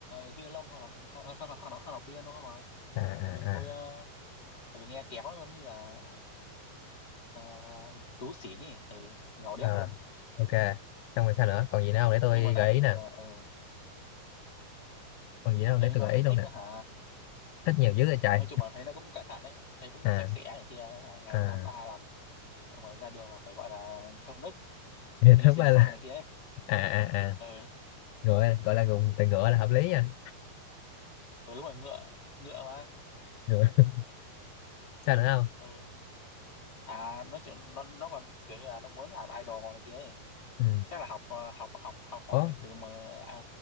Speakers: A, on the left; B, on the left.
A: uh, violon hơn, học- hơn, hơn, hơn, hơn, hơn học piano mà
B: à à
A: tại vì tôi
B: à
A: ờ, tại vì nghe kéo nó giống như là ờ, tú xỉn ấy ừ, ngầu đét
B: Ờ,
A: luôn
B: ok xong rồi sao nữa còn gì nữa không để tôi
A: nhưng mà tại
B: gợi
A: vì
B: ý nè
A: ừ,
B: còn gì nữa không
A: thấy
B: để tôi
A: nó
B: gợi
A: cũng
B: ý luôn
A: thích
B: nè
A: hả
B: Thích nhiều dữ rồi trời
A: nói chung là thấy nó cũng cẩn thận đấy thấy cũng
B: à
A: sạch sẽ này kia ngày
B: à <laughs>
A: tám ba làm xong rồi ra đường là phải gọi là thơm nức
B: thì
A: như
B: thứ
A: xịt
B: ba
A: nước
B: là
A: hoa này kia ấy
B: à à à
A: ừ,
B: ngựa gọi là dùng từ ngựa là hợp lý nha
A: ừ đúng rồi ngựa ngựa mà
B: ngựa <laughs> sao nữa không
A: ừ. à nói chuyện nó nó còn kiểu như là nó muốn làm idol này kia ấy
B: ừ.
A: chắc là học ờ, học học học hỏi
B: ủa
A: từ mà à,